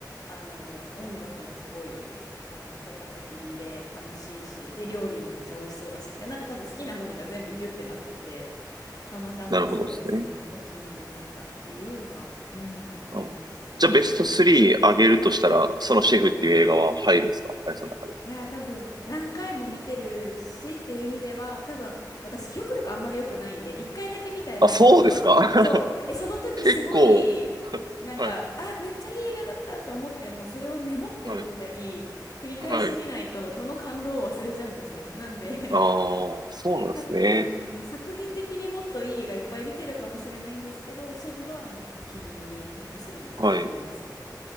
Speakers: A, on the left; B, on the right.
A: あの音楽もすごいあの効果的で楽しいし、で料理もめっちゃ美味しそうだしみたいな、なんか多分好きなものが全部ギュってなってて、たまたまそうですね、
B: なるほどですね。
A: お気に入りになったっていうのは、うん、ありますね。
B: うんじゃあベスト3上げるとしたら、そのシェフっていう映画は入るんですかあやさんの中で。
A: いやー多分何回も見てるしっていう意味では多分私記憶力あんまり良くないんで一回だけ見た映画とかそのそうえその時すごいなんかあめっちゃいい映画だったと思ってもそれをメモっておいたり繰り返し見ないとその感動を忘れちゃうんですよなんで
B: あ、そうですか <laughs> 結構、はい、はい、はい。ああ、そうなんですね。
A: <laughs> さ、うん、作品的にもっといい映画いっぱい見てるかもしれないんですけどシェフはあのお気に入りトップ3には入りますね。
B: はい。